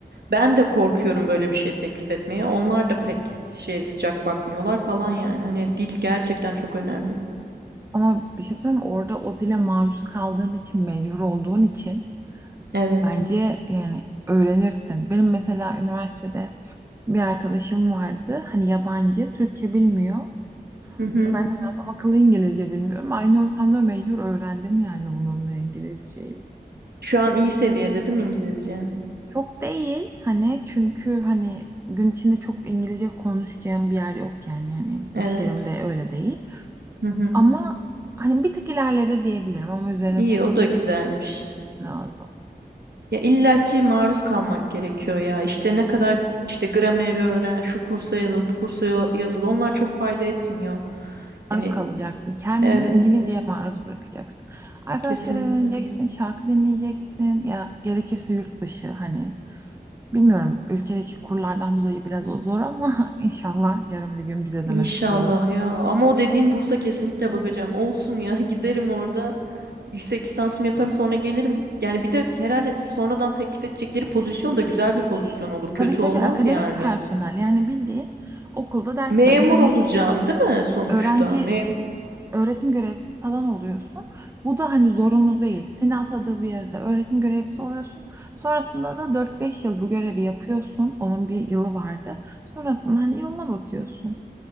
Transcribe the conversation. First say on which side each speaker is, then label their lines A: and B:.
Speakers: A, on the right; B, on the right.
A: ben de korkuyorum böyle bir şey teklif etmeye. Onlar da pek şey sıcak bakmıyorlar falan yani. Hani dil gerçekten çok önemli.
B: Ama bir şey söyleyeyim mi? Orada o dile maruz kaldığın için, mecbur olduğun için
A: Evet.
B: bence yani öğrenirsin. Benim mesela üniversitede bir arkadaşım vardı. Hani yabancı, Türkçe bilmiyor.
A: Hı hı.
B: Ben de hani adam akıllı İngilizce bilmiyorum. Aynı ortamda mecbur öğrendim yani onunla İngilizceyi.
A: Şu an iyi seviyede değil mi İngilizce?
B: Çok değil hani çünkü hani gün içinde çok İngilizce konuşacağım bir yer yok yani hani
A: Evet.
B: iş yerimde öyle değil.
A: Hı hı.
B: Ama hani bir tık ilerledi diyebilirim ama üzerine
A: İyi
B: tek
A: o da güzelmiş.
B: lazım.
A: Ya illaki maruz kalmak gerekiyor ya. İşte ne kadar işte grameri öğren, şu kursa yazıl, bu kursa yo- yazıl. Onlar çok fayda etmiyor.
B: Maruz
A: Yani
B: kalacaksın. Kendini
A: evet
B: İngilizceye maruz bırakacaksın. Arkadaşlara
A: kesinlikle.
B: dinleyeceksin, şarkı dinleyeceksin ya gerekirse yurt dışı hani Bilmiyorum ülkedeki kurlardan dolayı biraz o zor ama <laughs> inşallah yarın bir gün bize
A: İnşallah
B: de nasip olur.
A: ya. Ama o dediğin bursa kesinlikle bakacağım. Olsun ya <laughs> giderim orada. Yüksek lisansımı yaparım sonra gelirim. Yani bir de herhalde sonradan teklif edecekleri pozisyon da güzel bir pozisyon olur. Kötü
B: Tabii tabii
A: olmaz
B: akademik
A: yani.
B: personel yani bildiğin okulda ders
A: Memur
B: veren hani
A: olacağım değil mi sonuçta?
B: öğrenci
A: Memur.
B: öğretim görevlisi falan oluyorsun. Bu da hani zorunlu değil. Seni atadığı bir yerde öğretim görevlisi oluyorsun. Sonrasında da dört beş yıl bu görevi yapıyorsun. Onun bir yılı vardı. Sonrasında hani yoluna bakıyorsun.